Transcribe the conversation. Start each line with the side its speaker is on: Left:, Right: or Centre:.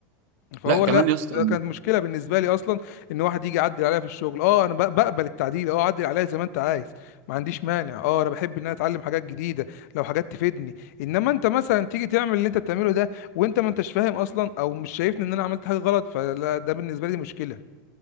Left: فهو
Right: لا كمان
Left: لا
Right: يا اسطى
Left: ده كانت مشكله بالنسبه لي اصلا ان واحد يجي يعدل عليا في الشغل اه انا ب- بقبل التعديل اه عدل عليا زي ما انت عايز ما عنديش مانع اه انا بحب ان انا اتعلم حاجات جديده لو حاجات تفيدني انما انت مثلا تيجي تعمل اللي انت بتعمله ده وانت ما انتش فاهم اصلا او مش شايفني ان انا عملت حاجه غلط فلا ده بالنسبه لي مشكله